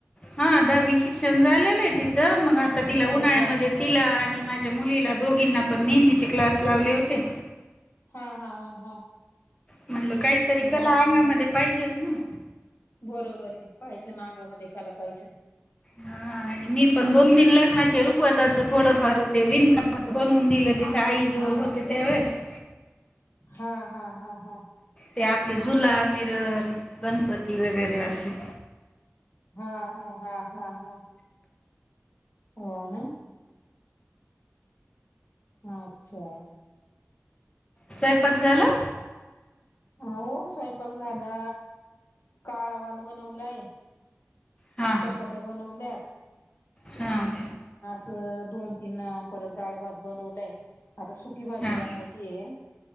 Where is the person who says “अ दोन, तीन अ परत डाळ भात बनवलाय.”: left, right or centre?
Left